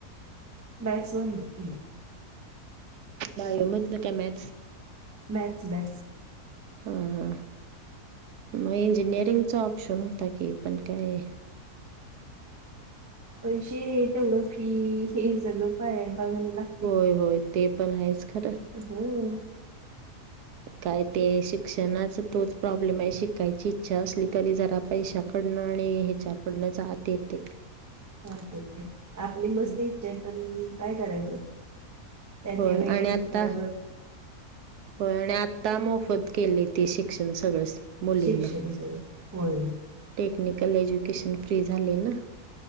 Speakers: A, on the right; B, on the right.
A: मॅथ्स् मध्न केल्या.
B: बायोमधन काय मॅथ्स?
A: Maths maths.
B: हा हा मग इंजिनिअरिंगचा ऑप्शन होता की, पण काय
A: पैसे तेवढं फी हे सगळं काय, बघायला
B: होय होय ते पण आहेच खरं.
A: हम्म.
B: काय ते शिक्षणाच तोच प्रॉब्लेमाय, शिकायची इच्छा असली तरी जरा पैशा कडणं आणि ह्याच्या कडनंच आत येतय.
A: हा तेच की. आपली मस्त
B: हं.
A: इच्छाय पण काय करायचं. त्या
B: होय
A: त्या वेळेनुसार
B: आणि आता, होय आणि आ आता मोफत केलय ते शिक्षण सगळंच. मुलींना
A: शिक्षण <unintelligible> होय
B: टेक्निकल एज्युकेशन फ्री झालय ना?